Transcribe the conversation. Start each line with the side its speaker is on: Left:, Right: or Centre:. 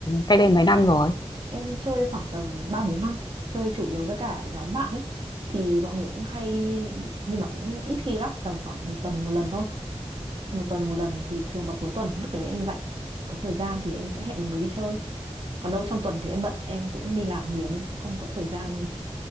Left: cách đây mấy năm rồi
Right: em chơi khoảng tầm ba bốn năm chơi chủ yếu với cả nhóm bạn ấy thì mọi người cũng hay nhưng mà cũng ít khi lắm tầm khoảng một tuần một lần thôi một tuần một lần thì thường vào cuối tuần lúc đấy em rảnh có thời gian thì em sẽ hẹn một người đi chơi còn đâu trong tuần thì em bận em cũng đi làm nhiều nên cũng không có thời gian